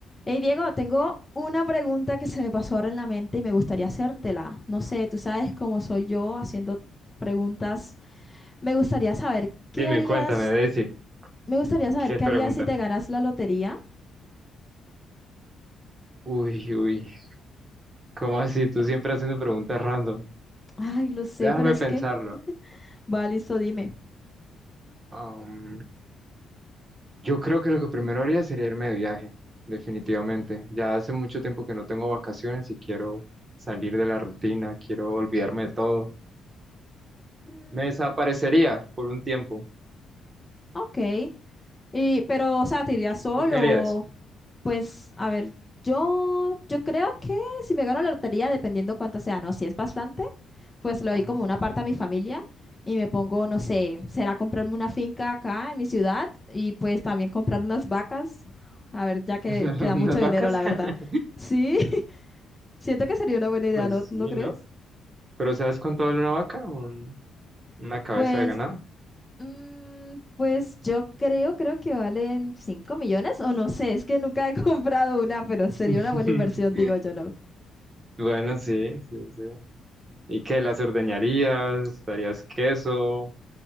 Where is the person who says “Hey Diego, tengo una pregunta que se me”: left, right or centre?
Left